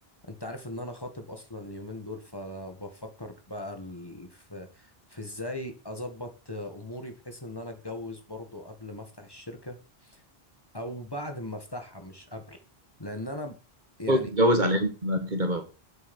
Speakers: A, on the left; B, on the right.
A: انت عارف ان انا خاطب اصلا اليومين دول فبفكر بقى ال... في في ازاي اظبط اموري بحيث ان انا اتجوز برضو قبل ما افتح الشركة او بعد ما افتحها مش قبل لان انا يعني
B: وتتجوز على امتى بقى كده بقى